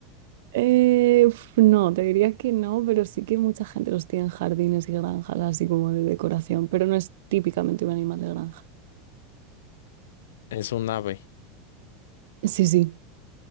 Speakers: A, on the right; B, on the left.
A: Eh, uf, no, te diría que no, pero sí que mucha gente los tiene en jardines y granjas, así como de decoración, pero no es típicamente un animal de granja.
B: es un ave
A: Sí, sí.